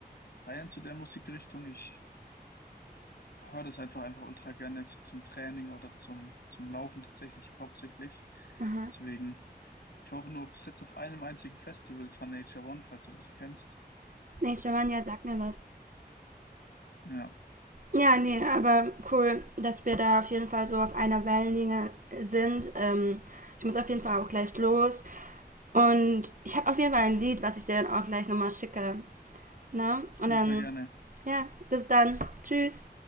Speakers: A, on the left; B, on the right.
A: Bayern zu der Musikrichtung. Ich höre das einfach einfach ultra gerne so zum Training oder zum, zum Laufen tatsächlich hauptsächlich.
B: Aha.
A: Deswegen, ich war auch nur bis jetzt auf einem einzigen Festival, das war Nature One, falls du das kennst.
B: Nee, Giovanni sagt mir was.
A: Ja,
B: Ja, nee, aber cool, dass wir da auf jeden Fall so auf einer Wellenlinie sind. Ähm, ich muss auf jeden Fall auch gleich los. Und ich habe auf jeden Fall ein Lied, was ich dir dann auch gleich nochmal schicke. Ne? Und
A: ultra
B: dann,
A: gerne.
B: ja, bis dann. Tschüss.